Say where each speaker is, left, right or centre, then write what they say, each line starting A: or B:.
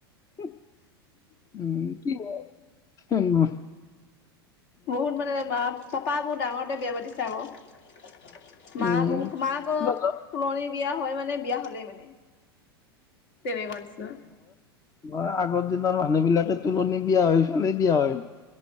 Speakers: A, on the left (about 25°); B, on the left (about 60°).
A: হুহ। উম কি হ'ব। কেনেআউ।
B: বহুত মানে মা পাপা বহু ডাঙৰতে বিয়া পাতিছিল। যাওঁ। মা
A: উম
B: বহুতো মাক
A: কিবা জব
B: তুলনিত। বিয়া হয় মানে বিয়া হ'লেই মানে তেনে কোৱা নিচিনা।
A: মা আগৰ দিনৰ মানুহ বিলাকে তুলনি বিয়া হৈ ফালি দিয়া হয়।